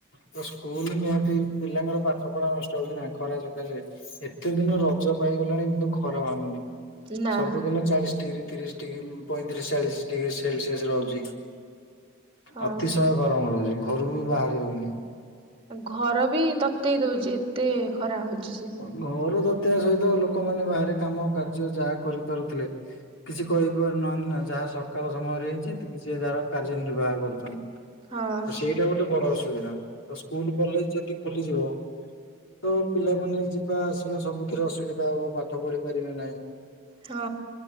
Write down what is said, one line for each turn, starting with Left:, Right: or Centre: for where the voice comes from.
Left: ତ ସ୍କୁଲ ନିହାତି ପିଲାଙ୍କର ପାଠ ପଢା ନଷ୍ଟ ହଉଛିି ନା ଖରା ସକାଶେ। ଏତେ ଦିନ ରଜ ପାଇଗଲାଣି କିନ୍ତୁ ଖରା ଭାଙ୍ଗୁନି
Right: ନା।
Left: ସବୁଦିନ ଚାଳିଶ ଡିଗ୍ରୀ। ତିରିଶ ଡିଗ୍ରୀ ପଇଁତିରିଶ ଚାଳିଶ ଡିଗ୍ରୀ ସେଲସିୟସ ରହୁଛି
Right: ହଁ
Left: ଅତିଶୟ ଗରମ ରହୁଛି ଘରୁ ବି ବାହାରି ହଉନି।
Right: ଘର ବି ତତେଇ ଦଉଛି ଏତେ ଖରା ହଉଛି ଯେ
Left: ଘର ତତେଇବା ସହିତ ଲୋକମାନେ ବାହାରେ କାମ କାର୍ଯ୍ୟ ଯାହା କରିପାରୁଥିଲେ। କିଛି କହିପାରୁନାହାନ୍ତି ନା ଯାହା ସକାଳ ସମୟରେ ହେଇଛି ଯିଏ ଯାହାର କାର୍ଯ୍ୟ ନିର୍ବାହ କରୁଛନ୍ତି।
Right: ହଁ
Left: ତ ସେଇଟା ଗୋଟ୍ ଏ ବଡ ଅସୁବିଧା ତ ସ୍କୁଲ କଲେଜ ଯଦି ଖୋଲିଯିବ ତ ପିଲା ମାନେ ଯିବା ଆସିବା ସବୁଥିରେ ଅସୁବିଧା ହବ ପାଠ ପଢି ପାରିବେ ନାହିଁ।
Right: ହଁ